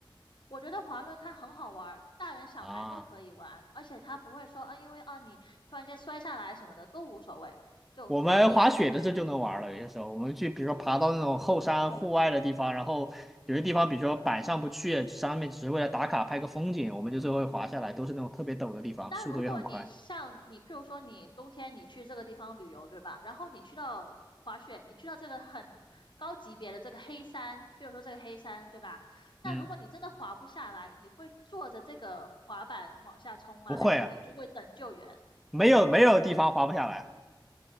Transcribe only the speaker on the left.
我觉得滑轮它很好玩儿，大人小孩都可以玩，
而且它不会说啊，因为啊你突然间摔下来什么的都无所谓，就随意。
那如果你像你，
譬如说你冬天你去这个地方旅游，对吧？然后你去到滑雪，你去到这个很高级别的这个黑山，譬如说这个黑山，对吧？那如果你真的滑不下来，
你会坐着这个滑板往下冲吗？
还是你就会等救援？